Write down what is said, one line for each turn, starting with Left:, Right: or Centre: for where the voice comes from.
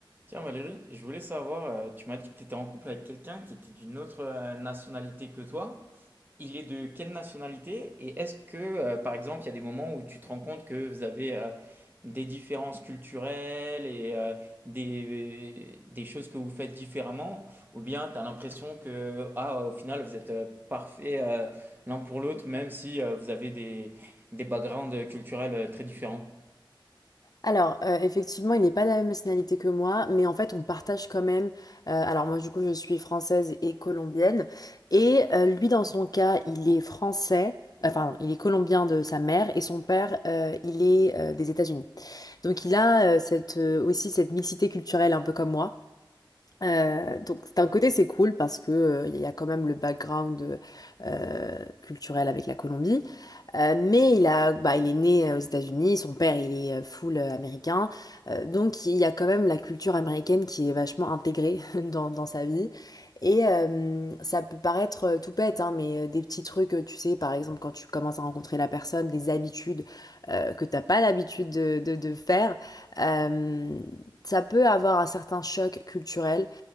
Right: Tiens Valérie, je voulais savoir, euh, tu m'as dit que tu étais en couple avec quelqu'un qui était d'une autre euh, nationalité que toi. Il est de quelle nationalité? Et est-ce que, euh, par exemple, il y a des moments où tu te rends compte que vous avez euh, des différences culturelles et euh, des, des choses que vous faites différemment? Ou bien tu as l'impression que, ah, au final, vous êtes euh, parfaits euh, l'un pour l'autre, même si euh, vous avez des, des backgrounds culturels euh, très différents?
Left: Alors, euh, effectivement, il n'est pas de la même nationalité que moi, mais en fait, on partage quand même. euh, alors, moi, du coup, je suis française et colombienne. Et euh, lui, dans son cas, il est français, enfin, il est colombien de sa mère, et son père, euh, il est euh, des États-Unis. Donc, il a euh, cette, euh, aussi cette mixité culturelle, un peu comme moi. Euh, donc d'un côté c'est cool parce que euh, il y a quand même le background euh, culturel avec la Colombie, Euh, mais il a, bah, il est né euh, aux États-Unis, son père il est euh, full euh, américain, Euh, donc il y a quand même la culture américaine qui est vachement intégrée <laughs> dans, dans sa vie. Et euh, ça peut paraître euh, tout bête, hein, mais euh, des petits trucs, euh, tu sais, par exemple quand tu commences à rencontrer la personne, des habitudes euh, que t'as pas l'habitude de, de, de faire, euh, ça peut avoir un certain choc culturel.